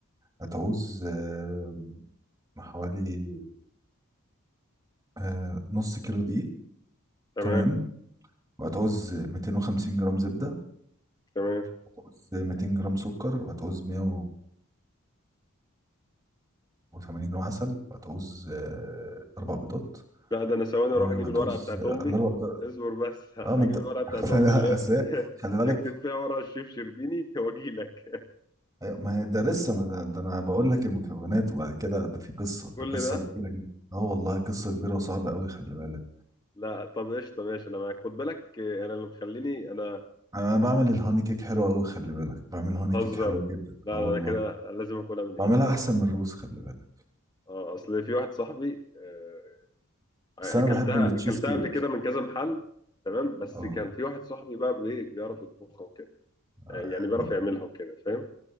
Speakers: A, on the right; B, on the left.
A: هتعوز آه، حوالي آه نص كيلو دقيق
B: تمام
A: تمام وهتعوز 250 جرام زبدة
B: تمام
A: وهتعوز 200 جرام سكر وهتعوز 180 جرام عسل وهتعوز آه أربع بيضات
B: لا ده انا ثواني
A: آه
B: اروح اجيب
A: وهتعوز
B: الورقه بتاعت
A: آه
B: امي
A: الأربع بيضات
B: اصبر بس هجيب
A: اه ما أنت
B: الورقه بتاعت
A: <laughs>
B: امي اللي هي
A: أصل
B: بت-
A: هي-
B: <laughs>
A: خلي بالك
B: تكتب فيها ورا الشيف شربيني واجي لك
A: أيوة، ما هي ده لسه ما ده, ده أنا بقول لك المكونات وبعد كده ده في قصة
B: كل
A: ده قصة
B: ده
A: كبيرة جدا اه والله قصة كبيرة وصعبة أوي خلي بالك
B: لا طب قشطه ماشي انا معاك خد بالك آه، انا اللي مخليني انا
A: أنا بعمل الهاني كيك حلو أوي خلي بالك بعمل هاني
B: بتهزر
A: كيك حلوة جدا
B: لا
A: اه والله
B: ده انا كده لازم اكلها من
A: بعملها
B: ايدي
A: أحسن من الروز خلي بالك
B: اه اصل في واحد صاحبي آه، اكلتها
A: بس أنا بحب التشيز
B: اكلتها
A: كيك
B: قبل كده من كذا محل تمام بس
A: اه
B: كان في واحد صاحبي بقى بي- بيعرف يطبخها وكده
A: أعمل-
B: آه، يعني بيعرف يعملها وكده فاهم